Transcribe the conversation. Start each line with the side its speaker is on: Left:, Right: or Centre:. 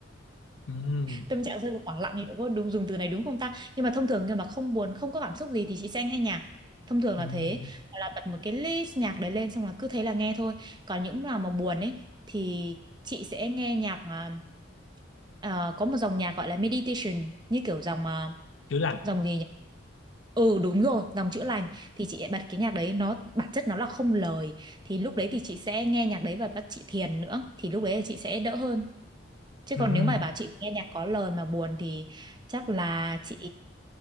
Left: Ừm,
Right: tâm trạng rơi vào khoảng lặng liệu có đúng dùng từ này đúng không ta nhưng mà thông thường khi mà không buồn không có cảm xúc gì thì chị sẽ nghe nhạc thông thường
Left: ừm,
Right: là thế hoặc là bật một cái list nhạc đấy lên xong là cứ thế là nghe thôi còn những nào mà buồn ấy thì chị sẽ nghe nhạc à, ờ, có một dòng nhạc gọi là meditation như kiểu dòng à,
Left: chữa lành
Right: dòng gì nhỉ ừ đúng rồi dòng chữa lành thì chị lại bật cái nhạc đấy nó bản chất nó là không lời thì lúc đấy thì chị sẽ nghe nhạc đấy và bắt chị thiền nữa thì lúc đấy là chị sẽ đỡ hơn Chứ
Left: Ừm,
Right: còn nếu mà bảo chị nghe nhạc có lời mà buồn thì chắc là chị